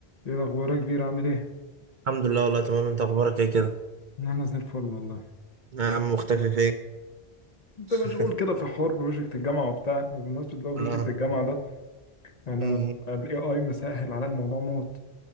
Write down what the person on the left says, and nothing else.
ايه الاخبار يا كبير عامل ايه
انا زي الفل والله
انت
مشغول كده في حوار بروجكت الجامعه وبتاع وبمناسبه بقى بروجكت
الجامعه ده انا
الاي اي مسهل على الموضوع موت